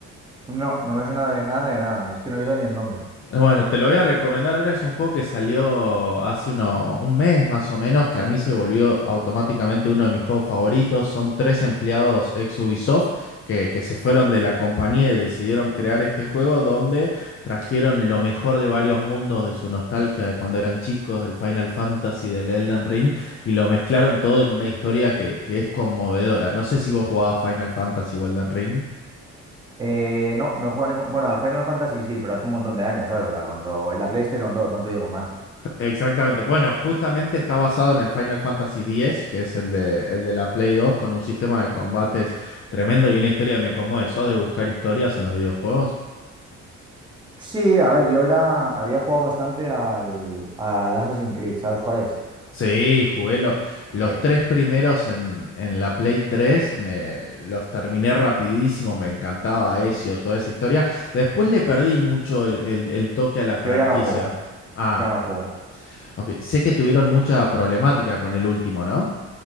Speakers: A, on the right; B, on the left.
A: No, no me suena de nada, de nada, es que no he oído ni el nombre.
B: Bueno, te lo voy a recomendar. Ahora es un juego que salió hace uno, un mes más o menos, que a mí se volvió automáticamente uno de mis juegos favoritos. Son tres empleados ex Ubisoft que, que se fueron de la compañía y decidieron crear este juego donde trajeron lo mejor de varios mundos, de su nostalgia de cuando eran chicos, del Final Fantasy, del Elden Ring, y lo mezclaron todo en una historia que, que es conmovedora. No sé si vos jugabas Final Fantasy o Elden Ring.
A: Eh, no, no he jugado ningún... Bueno, al Final Fantasy sí, pero hace un montón de años, ¿sabes? O sea, cuando en la PlayStation 2, no te digo más.
B: Exactamente. Bueno, justamente está basado en el Final Fantasy X, que es el de, el de la Play dos con un sistema de combates tremendo y una historia que me conmueve. ¿Sos de buscar historias en los videojuegos?
A: Sí, a ver, yo era, había jugado bastante al, al Assassin's Creed, ¿sabes cuál es?
B: Sí, jugué lo-
A: Pues
B: los tres primeros en, en la Play 3, me, los terminé rapidísimo, me encantaba Ezio, toda esa historia. Después le perdí mucho el, el- el toque a la franquicia.
A: yo ya no juego,
B: Ah,
A: ya no juego.
B: ok. Sé que tuvieron mucha problemática con el último, ¿no?